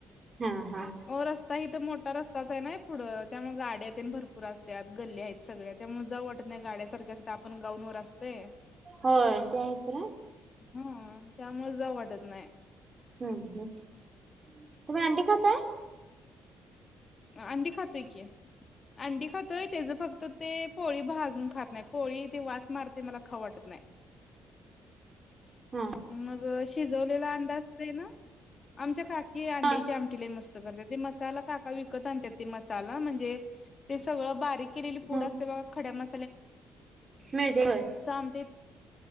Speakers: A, on the right; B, on the left.
A: हा हा
B: हो! रस्ता आहे हित मो मोठा रस्ताच आहे ना पुढं त्यामुळे गाड्या भरपूर असतात गल्ली आहेत सगळ्या त्यामुळे जाऊ वाटत नाही गाड्या त्यात आपण गाऊनवर असते.
A: होय ते आहेस बरा
B: हा त्यामुळेच जाऊ वाटत नाही
A: हम्म हम् तुम्ही अंटी काताय
B: अंडीी खातो क अंटी खातोय त्याच फक्त ते पोळी भाजून खात नाही पोळी ते वास मारते मला खावटत नाही
A: हा
B: <inaudible> मग शिजवलेला अंड असत ना आमच्या ख कि अंड्याची
A: हा
B: आमटीला मस्त करते ते मसाला का विकत आणत ते मसाला म्हणजे ते सगळं बारीक केलेली फूड
A: हा
B: असते बघ खड्या म आ
A: मिळते होय
B: म